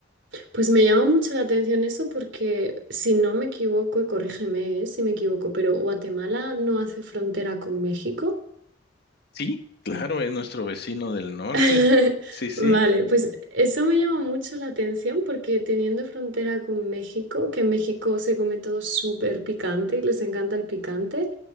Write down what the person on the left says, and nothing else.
Sí, claro, es nuestro vecino del norte.
Sí, sí.